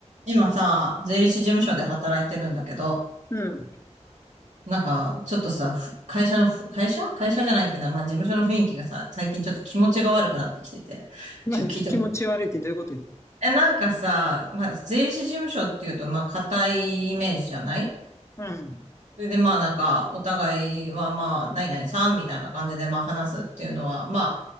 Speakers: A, on the right; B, on the left.
A: 今さ、税理士事務所で働いてるんだけど、
B: うん。
A: なんか、ちょっとさ、ふ会社のふ、会社会社じゃないけど、まあ事務所の雰囲気がさ、最近ちょっと気持ちが悪くなってきてて、
B: 何気持ち悪いってどういうことよ。
A: ちょっと聞いてほしい。え、なんかさ、まあ税理士事務所っていうと、まあ固いイメージじゃない
B: うん、
A: それでまあなんか、お互いはまあ、何々さんみたいな感じでまあ話すっていうのは、まあ、